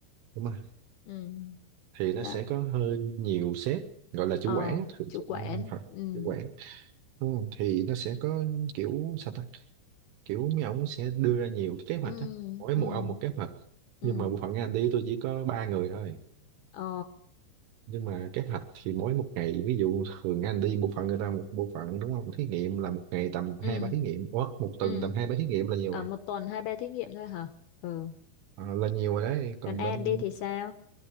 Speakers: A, on the right; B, on the left.
A: đúng rồi
B: Ừ,
A: thì nó
B: đó.
A: sẽ có hơi nhiều sếp gọi là chủ
B: Ờ,
A: quản á, thường
B: chủ
A: trong
B: quản.
A: phần
B: Ừ,
A: chủ quản ừ, thì nó sẽ có kiểu sao ta kiểu mấy ông sẽ đưa ra nhiều cái kế hoạch
B: ừ,
A: á mỗi
B: ừ,
A: một ông một kế hoạch
B: ừ.
A: nhưng mà bộ phận anh đi tôi chỉ có ba người thôi
B: Ờ,
A: nhưng mà kế hoạch thì mỗi một ngày ví dụ thường anh đi bộ phận người ta một bộ phận đúng không thí nghiệm là một ngày tầm
B: ừ,
A: hai ba thí nghiệm Ủa, một
B: ừ.
A: tuần tầm hai ba thí nghiệm là nhiều
B: Ở
A: rồi
B: một tuần hai ba thí nghiệm thôi hả? Ừ.
A: Ờ, là nhiều rồi đấy còn
B: Còn An
A: bên
B: đi thì sao?